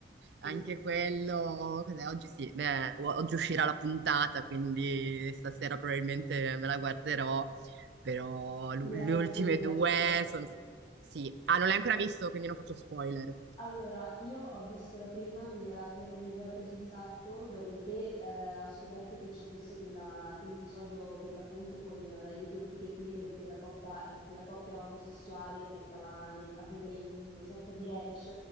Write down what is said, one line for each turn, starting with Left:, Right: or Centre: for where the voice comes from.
Left: sì,
Right: Anche
Left: sì, sì.
Right: quello, cos'è? oggi sì, beh, o- oggi uscirà la puntata, quindi stasera probabilmente me la guarderò, però l'u-
Left: Me
Right: le
Left: la consigli
Right: ultime
Left: la
Right: due
Left: seconda?
Right: sono... Sì, ah, non l'hai ancora visto, quindi non faccio spoiler.
Left: Allora, io ho visto la prima, mi, era pe- mi aveva preso un sacco, dopodiché eh, ho scoperto che ci fosse quella- quell'episodio per l'appunto con la- le tematiche queer di quella, coppa- quella coppia omosessuale che stava nel- a vivere in una sorta di ranch